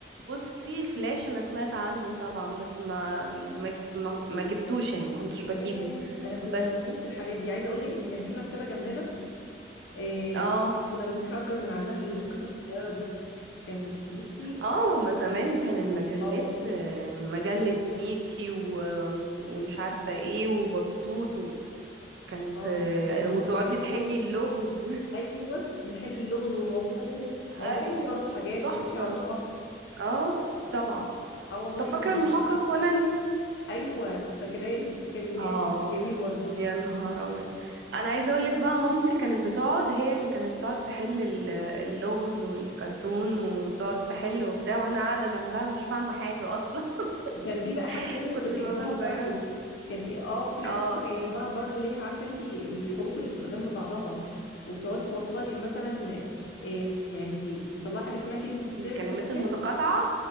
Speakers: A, on the right (about 70°); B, on the left (about 75°).
A: بصي فلاش انا سمعت عنه طبعا بس ما ما ما, ما جبتوش يعني ما كنتش بجيبه
B: ياه انا كنت
A: بس
B: بموت في الحاجات دي عايزه اقول لك ان كان في مكتبه جنبنا آه
A: اه
B: ك- كنا بنروح نأجر من عندها القصص الصغيره دي كان بصي
A: اه ما زمان كان المجلات
B: اه والله
A: آه، مجلة ميكي و- و- ومش عارفة ايه وبطوط وكانت
B: اه
A: آه،
B: كان
A: وتقعدي
B: ميكي وبطوط
A: تحلي اللغز
B: ايوه نحل اللغز ونوصله
A: <laughs>
B: نقعد
A: ايوه
B: نوصله في حاجات
A: تحفة
B: ونمشي على النقط
A: اه طبعا
B: اه والله
A: طب فاكرة
B: كان
A: المحقق كونان
B: ايوه فاكراه كان
A: اه
B: ياه كان جميل برضه
A: يا نهار ابيض انا عايزه اقول لك بقى مامتي كانت بتقعد هي اللي كانت تقعد تحل ال- اللغز والكرتون وتقعد تحل وبتاع وانا قاعده جنبها مش فاهمه حاجه اصلا
B: وكان في بقى حاجة
A: <laughs>
B: تانية كنت
A: كنت
B: بحبها
A: ببقى صغيره
B: برضو كان في اه في حاجة
A: اه
B: تانية كنت
A: ايه
B: بحبها برضو ليه عارفة انت الحروف اللي بتبقى جنب بعضها وبتقعدي توصلي مثلا إيه يعني انت تطلعي حاجة اسمها كلمة السر
A: الكلمات
B: في الآخر
A: المتقاطعه